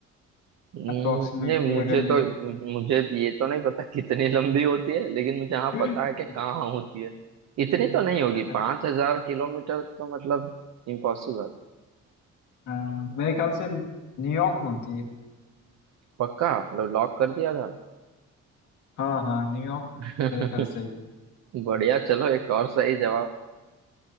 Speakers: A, on the right (about 60°); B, on the left (about 80°).
A: हम्म,
B: अप्रोक्सीमेटली
A: ये मुझे
B: अगर
A: तो
B: ले तो
A: मुझे मुझे ये तो नहीं पता कितनी लंबी होती है लेकिन मुझे हाँ
B: <laughs>
A: पता है कि कहाँ होती है इतनी तो नहीं होगी
B: अ,
A: पांच हजार किलोमीटर तो मतलब इम्पॉसिबल
B: अ, मेरे ख्याल से न्यूयॉर्क में होती है
A: पक्का मतलब लॉक कर दिया था
B: हाँ हाँ न्यूयॉर्क
A: <laughs>
B: मेरे ख्याल से ही है।
A: बढ़िया चलो एक और सही जवाब